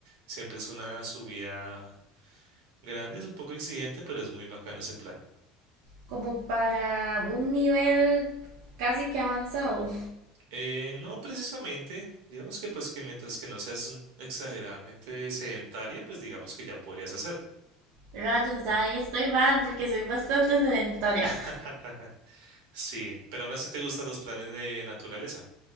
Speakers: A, on the right; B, on the right.
A: siempre es una subida grande, es un poco exigente, pero es muy bacano ese plan.
B: Como para un nivel casi que avanzado.
A: Eh, no precisamente, digamos que pues que mientras que no seas un- exageradamente sedentaria, pues digamos que ya podrías hacerlo.
B: Rayos, ahí estoy mal porque soy bastante sedentaria.
A: <laughs> Sí, pero aún así te gustan los planes de naturaleza.